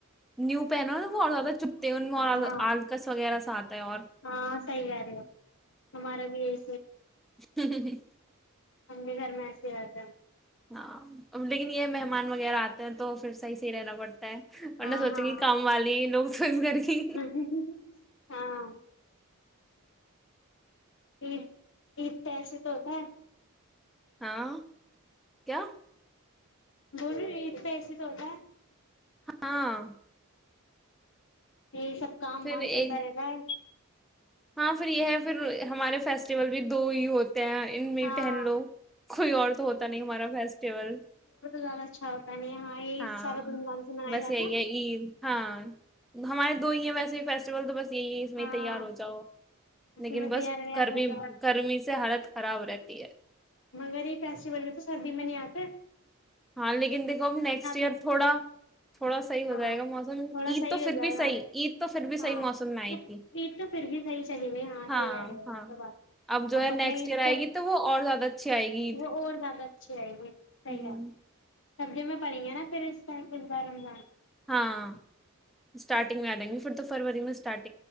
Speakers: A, in the centre; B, on the left (about 60°).
A: نیو پہنو نا
B: ہاں
A: بہت زیادہ چپتے ہیں ان میں
B: ہاں
A: اور
B: ہاں
A: آلکس وغیرہ سا آتا ہے اور
B: ہاں صحیح کہہ رہے ہو ہمارا بھی یہی
A: ہ ہ ہ
B: امی گھر میں ایسے ہی رہتے ہیں
A: ہاں لیکن یہ مہمان وغیرہ آتے ہیں تو پھر صحیح سےح ہی رہنا پڑتا ہے ان
B: ہاں
A: نے سوچیں گی کام والی لوگ توز کر گی
B: ہاں ہاں عید عید تو ایسے تو ہوتا ہے
A: ہاں کیا
B: گول ا پہ ایسے تو ہوتا ہے
A: ہاں
B: یہی سب کام
A: پھر
B: وام
A: ایک
B: چلتا رہتا ہے
A: ہاں پھر یہ ہے پھر ہمارے فیسٹیول بھی دو ہی ہوتے ان میں
B: ہاں
A: پہن لو کوئی اور تو ہوتا نہیں ہمارا فیسٹیول
B: زا چھاپ ہاں یہ
A: ہاں
B: سارا د لان سے مناائی
A: بس
B: جات
A: یہی
B: ہے
A: عید ہاں ہمارے دو ہی ہیں ویسے بھی فیسٹیول تو بس یہ اس میں
B: ہاں
A: تیار ہو جاؤ
B: اس
A: لیکن
B: میں
A: بس
B: تیار ویار
A: گرمی
B: ہو جاؤ
A: گرمی سے حالت خراب رہتی ہے
B: مگر یہ فیسٹیول میں تو سردی میں نہیں آ کر
A: ہاں لیکن دیکھو اب نیکسٹ ایئر
B: ہیں۔
A: تھوڑا تھوڑا صحیح ہو
B: ہاں
A: جائے گا موسم
B: تھوڑا
A: عید
B: صحیح
A: تو
B: ہو
A: پھر
B: جائے
A: بھی
B: گا
A: صحی عید تو پھر بھی صحیح
B: ہاں
A: موسم میں آئی
B: عید
A: تھی
B: تو پھر بھی صحیح چلی گئی
A: ہاں
B: صحیح آ رہی ہے
A: ہاں
B: یہ تو بات
A: اب جو ہے
B: بقرا
A: نیکسٹ
B: عید
A: ایئر آئے
B: تب
A: گی تو وہ اور زیادہ اچھی آئے گی عید۔
B: وہ اور زیادہ اچھے رہئے گی صحیح
A: ہوں
B: سبھیی میں پڑیں گے نا پھر اس ٹائم بار رمضان
A: ہاں اسٹارٹنگ میں آ جائیں گی پھر تو فروری میںٹارٹ